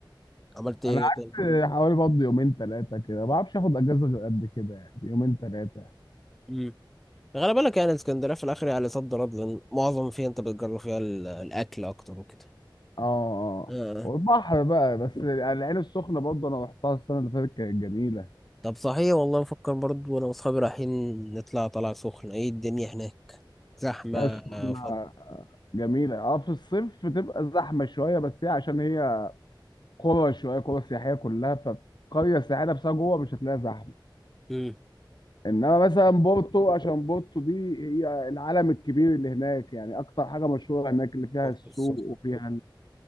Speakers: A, in the centre; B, on the left.
A: عملت ايه
B: انا قعدت
A: تاني
B: حوالي برضه يومين ثلاثه كده ما بعرفش اخد اجازه غير قد كده يعني يومين ثلاثه
A: مم. غالبا لك يعني اسكندرية في الاخر يعني صد رد لان معظم فيها انت بتجرب فيها ال- الاكل اكتر وكده
B: اه اه
A: آه.
B: والبحر بقى بس يعني العين السخنه برضه انا رحتها السنه اللي فاتت كانت جميله
A: طب صحيح والله بفكر برضو وانا واصحابي رايحين نطلع طلع سخنة ايه الدنيا هناك زحمة
B: العين
A: آه،
B: السخنه
A: فض
B: جميله اه في الصيف بتبقى زحمه شويه بس هي عشان هي قرى شويه قرى سياحيه كلها فقريه سياحيه نفسها جوه مش هتلاقيها زحمه
A: امم
B: انما مثلا بورتو عشان بورتو دي هي العالم الكبير اللي هناك يعني اكتر حاجه مشهوره هناك اللي فيها
A: برضو
B: السوق
A: السخنة
B: وفيها